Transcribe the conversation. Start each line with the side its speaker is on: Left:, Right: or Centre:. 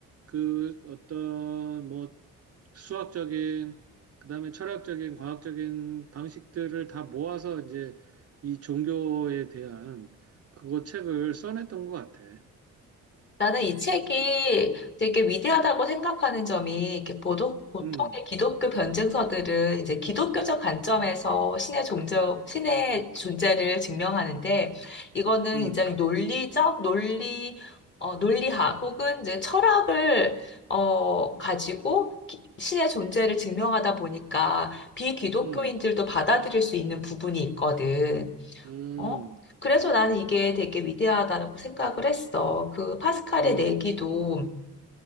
Right: 그 어떤 뭐 수학적인 그다음에 철학적인 과학적인 방식들을 다 모아서 이제 이 종교에 대한 그거 책을 써냈던 것 같아.
Left: 나는 이 책이 되게 위대하다고 생각하는 점이 이렇게 보도, 보통의
Right: 음,
Left: 기독교 변증서들은 이제 기독교적 관점에서 신의 존재, 신의 존재를 증명하는데 이거는
Right: 음,
Left: 굉장히 논리적, 논리, 어, 논리학 혹은 이제 철학을 어, 가지고 기- 신의 존재를 증명하다 보니까 비기독교인들도
Right: 음,
Left: 받아들일 수 있는 부분이 있거든.
Right: 음,
Left: 어? 그래서 나는 이게 되게 위대하다고 생각을 했어. 그 파스칼의
Right: 음,
Left: 내기도,